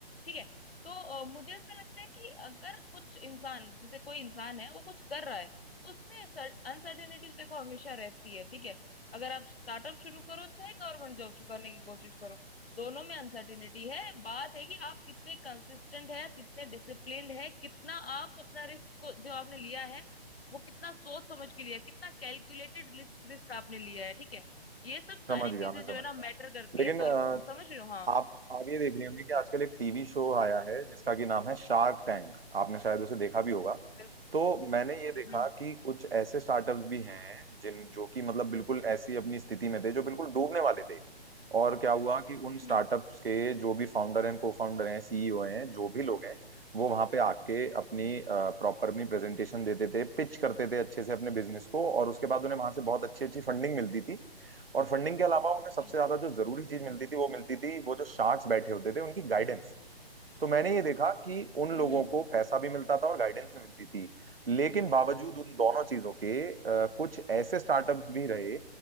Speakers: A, on the left; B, on the right.
A: ठीक है तो अ, मुझे ऐसा लगता है कि अगर कुछ इंसान जैसे कोई इंसान है वो कुछ कर रहा है तो उसमें अनसर्टेनिटीज देखो हमेशा रहती है ठीक है अगर आप स्टार्टअप शुरू करो चाहे गवर्नमेंट जॉब शुरू करने की कोशिश करो दोनों में अनसर्टेनिटी है बात है कि आप कितने कंसिस्टेंट है कितने डिसिप्लिन्ड है कितना आप अपना रिस्क को जो आपने लिया है वो कितना सोच समझ के लिया है, कितना कैलकुलेटेड रिस्क रिस्क आपने लिया है ठीक है ये सब सारी
B: समझ गया
A: चीजें
B: मैं समझ
A: जो है ना
B: गया
A: मैटर करती
B: लेकिन
A: है
B: अ,
A: कोई समझ रहे हो हाँ
B: आप आप ये देख रही होंगी कि आजकल एक टीवी शो आया है जिसका कि नाम है शार्क टैंक आपने शायद उसे देखा भी होगा
A: बिल्कुल
B: तो मैंने ये देखा
A: हम्म
B: कि कुछ ऐसे स्टार्टअप्स भी हैं जिन जो कि मतलब बिल्कुल ऐसी अपनी स्थिति में थे जो बिल्कुल डूबने वाले थे और क्या हुआ कि उन स्टार्टअप्स
A: हम्म
B: के जो भी फाउंडर एंड को फाउंडर हैं सीईओ हैं जो भी लोग हैं वो वहां पे आके अपनी
A: हम्म,
B: प्रॉपर अपनी प्रेजेंटेशन देते थे पिच करते थे अच्छे से अपने बिजनेस को और उसके बाद उन्हें वहां से बहुत अच्छी अच्छी फंडिंग मिलती थी और फंडिंग के अलावा उन्हें सबसे
A: बिल्कुल
B: ज्यादा जो जरूरी चीज मिलती थी वो मिलती थी वो जो शार्क्स बैठे होते थे उनकी गाइडेंस तो मैंने ये देखा कि उन
A: हम्म
B: लोगों
A: हम्म
B: को पैसा भी मिलता था और गाइडेंस भी मिलती थी लेकिन बावजूद उन दोनों
A: हम्म,
B: चीजों के अ, कुछ ऐसे स्टार्टअप्स भी रहे